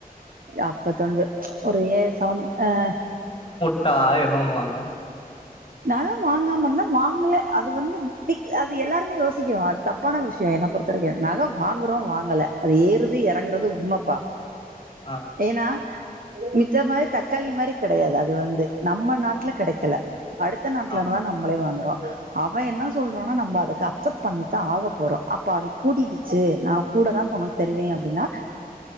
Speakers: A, on the right; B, on the left.
A: அப்பதோணுது ஒரு ஏழு சவ அ
B: ட்டா என்ன பணுவாங்க
A: நகை வாங்காமருந்தா வாங்கல அது வந்து அது எலாருமே யோசிகறோ அது தபான விஷயோ என பொறுதவரக்கு நக வாங்குறோ வாங்கல அது ஏறுது எறங்கறது உண்மப்பா
B: ஆ
A: ஏனா மித்த மாரி தக்காளி மாரி கடையாது அது வந்து நம்ம நாட்ல கடக்கல அடுத்த நாட்டலருந்தா
B: ஆமா
A: நம்மளே வாங்குறோ அவே என்ன சொல்றானோ நம்ம அதுக்கு அக்சப்ட் பண்ணித்தா ஆக போறோ அப்ப அவ கூடிருச்சு நா கூடதா ஒனக் தருவே அப்டினா